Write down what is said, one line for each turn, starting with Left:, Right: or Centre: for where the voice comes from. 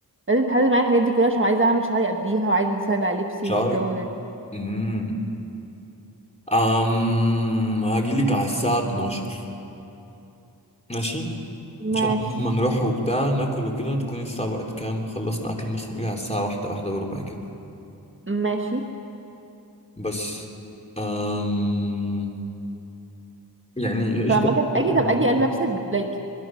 Right: لازم تحدد معايا الحاجات دي كلها عشان عايزه اعمل شعري قبليها وعايزه اساعد على لبسي
Left: شعرك
Right: والجو ده
Left: امم أم هاجيلك على الساعة 12 ماشي
Right: ماشي
Left: عشان عقبال ما نروح وبتاع ناكل وكده تكون الساعة بقت كام خلصنا أكل مثلا قولي على الساعة واحدة واحدة وربع كده
Right: ماشي
Left: بس أم يعني قشطة
Right: طب عامة
Left: بركب
Right: اجي طب
Left: معاك
Right: اجي ألبس- لابسه لايك